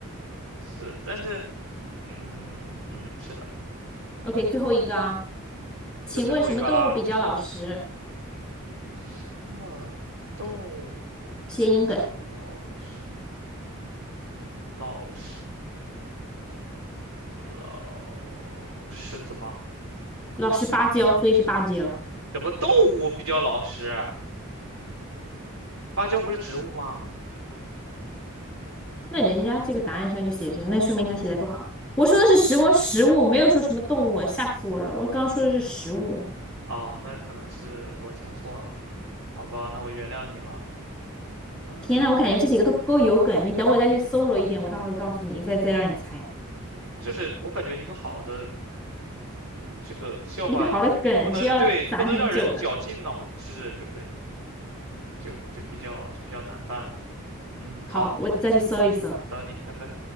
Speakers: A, on the right (about 80°); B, in the centre.
A: 是，但是嗯嗯，是的，
B: OK，最后一个啊，请问什么动物比较老实？
A: 这就最后一个啦。什么动物比较老实？
B: 谐音梗，
A: 老实老狮子吗？
B: 老实巴交，所以是芭蕉。
A: 什么动物比较老实？芭蕉不是植物吗？
B: 那人家这个答案上就写这个，那说明他写的不好。我说的是食物，
A: 这这
B: 食物没有说什么动物啊吓死我了！我刚刚说的是食物。
A: 哦，那可能是我听错了，好吧，那我原谅你了。嗯，
B: 天呐，我感觉这几个都不够有梗，你等我再去搜罗一点，我到时候告诉你，再再让你猜。
A: 就是我感觉一个好的这个笑话，
B: 一个好的梗是要攒很久的。
A: 你不能对，不能让人绞尽脑汁，就是就就比较就比较难办了。嗯，
B: 好，
A: 好，
B: 我再去搜一搜。
A: 那等你，拜拜。